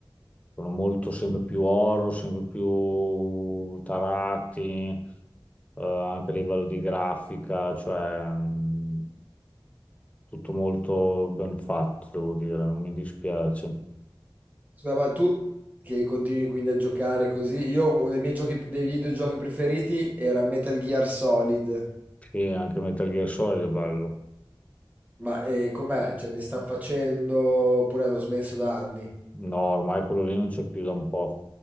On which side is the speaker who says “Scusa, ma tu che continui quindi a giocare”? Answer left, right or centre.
Right